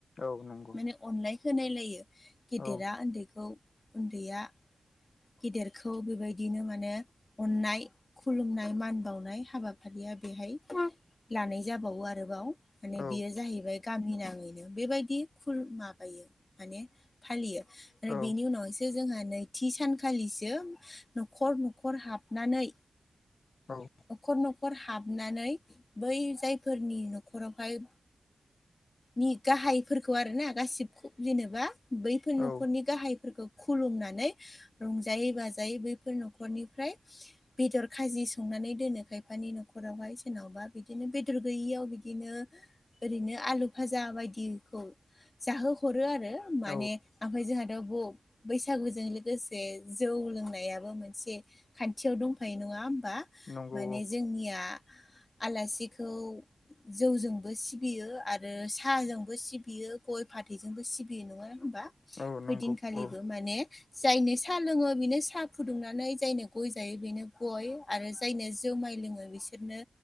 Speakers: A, on the left (about 55°); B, on the left (about 30°).
A: औ नंगौ।
B: माने अनलाय होनायलायो गेदेरा
A: औ
B: उन्दैखौ उन्दैया गेदिरखौ बेबायदिनो माने अननाय खुलुमनाय मान बावनाय हाबाफारिया बेहाय लानाय जाबावो आरोबाव माने
A: औ
B: बियो जाहैबाय गामि नाङैनो बेबायदि खुर माबायो माने फालियो आरो
A: औ
B: बेनि उनाव जोंहा नैथि सानखालिसो न'खर न'खर हाबनानै
A: औ
B: न'खर न'खर हाबनानै बै जायफोरनि न'खरावहाय नि गाहायफोरखौ आरो ना गासिबखौ जेनेबा बैफोर
A: औ
B: न'खरनि गाहायफोरखौ खुलुमनानै रंजायै बाजायै बैफोर न'खरनिफ्राय बेदर खाजि संनानै दोनो खायफानि न'खरावहाय सोरनावबा बिदिनो बेदर गैयियाव बिदिनो ओरैनो आलु भाजा बायदिखौ जाहोहरो आरो माने
A: औ
B: ओमफ्राय जोंहाथ' बु बैसागुजों लोगोसे जौ लोंनायाबो मोनसे खान्थियाव दंफायो नङा होमबा।
A: नंगौ
B: माने जोंनिया आलासिखौ जौजोंबो सिबियो आरो ओ साहाजोंबो सिबियो गय फाथैजोंबो सिबियो नङा होनोमबा।
A: औ नंगौ
B: ओइदिनखालिबो
A: औ
B: माने जायनो साहा लोङो बेनो साहा फुदुंनानै जायनो गय जायो बेनो गय आरो जायनो जुमाय लोङो बैसोरनो